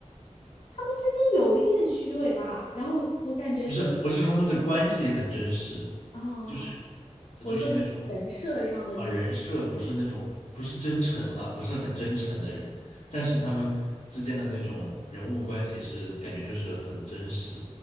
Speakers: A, on the left (about 55°); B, on the left (about 70°).
A: 他们之间有一点虚伪吧。然后我感觉就
B: 不是，我是说他们的关系很真实，
A: 啊，
B: 就是
A: 啊
B: 呃就是那种
A: 我说人设上的这个，
B: 啊人设不是那种不是真诚了，不是很真诚的人，但是他们之间的那种人物关系是感觉就是很真实，